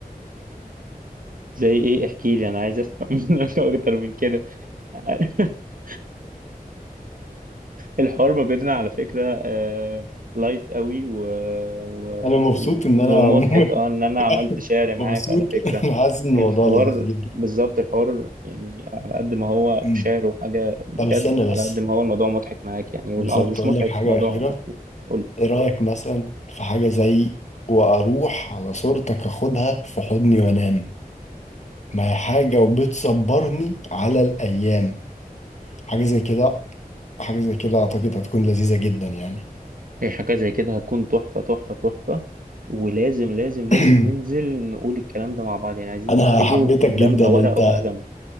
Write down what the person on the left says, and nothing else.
انا مبسوط
ان
انا عموما
<laughs>
مبسوط
انا حاسس ان الموضوع
لذيذ جدا
مم.
طب استنى
بس
بالظبط
اقول
لك حاجه
اخيره
ايه رايك مثلا في حاجه زي واروح على صورتك اخدها في حضني وانام ما هي حاجه وبتصبرني على الايام حاجه زي كده حاجه زي كده اعتقد هتكون لذيذه جدا يعني
<clears throat>
انا
حبيتك
جدا
انت